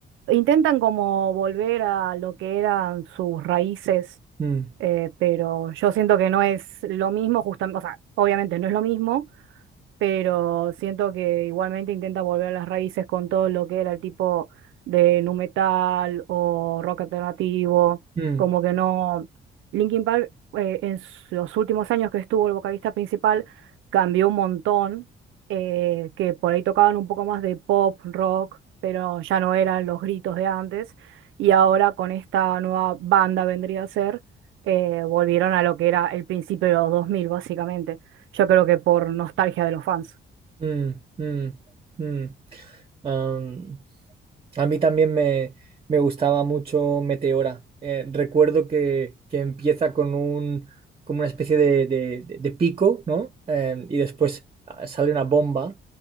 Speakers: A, on the right; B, on the right.
A: Intentan como volver a lo que eran sus raíces,
B: Mm,
A: eh, pero yo siento que no es lo mismo, justamente, o sea, obviamente no es lo mismo, pero siento que igualmente intenta volver a las raíces con todo lo que era el tipo de nu metal o rock alternativo,
B: mm.
A: como que no. Linkin Park eh, en s- los últimos años que estuvo el vocalista principal cambió un montón, eh, que por ahí tocaban un poco más de pop, rock, pero ya no eran los gritos de antes, y ahora con esta nueva banda vendría a ser, eh, volvieron a lo que era el principio de los 2000 básicamente. Yo creo que por nostalgia de los fans.
B: Mm, mm, mm. Am, a mí también me, me gustaba mucho Meteora. Eh, recuerdo que, que empieza con un, como una especie de, de- de- de pico, ¿no? Eh, y después ah, sale una bomba.